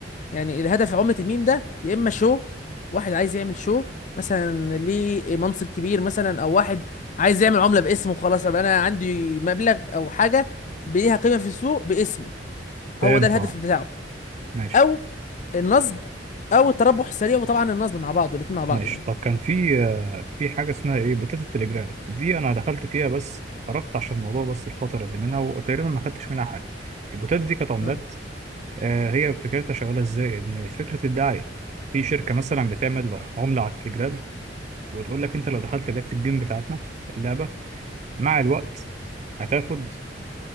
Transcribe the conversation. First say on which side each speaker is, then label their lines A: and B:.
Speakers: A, on the left; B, on the right.
A: يعني الهدف عملة الميم ده يا اما شو واحد عايز يعمل شو مثلا ليه منصب كبير مثلا او واحد عايز يعمل عملة باسمه خلاص ابقى انا عندي مبلغ او حاجة ليها قيمة في السوق باسمي
B: فهمت
A: هو ده الهدف
B: اه
A: بتاعه
B: ماشي
A: او النصب او التربح السريع وطبعا النصب مع بعض الاتنين مع بعض
B: ماشي
A: يعني
B: طب كان في آه، في حاجة اسمها ايه بوتات التليجرام دي أنا دخلت فيها بس خرجت عشان الموضوع بس الخطر اللي منها وتقريبا ما خدتش منها حاجة البوتات دي كانت عملات
A: مم.
B: آه، هي فكرتها شغاله ازاي ان فكره الدعايه في شركه مثلا بتعمل عمله على التليجرام وتقول لك انت لو دخلت لعبه الجيم بتاعتنا اللعبه مع الوقت هتاخد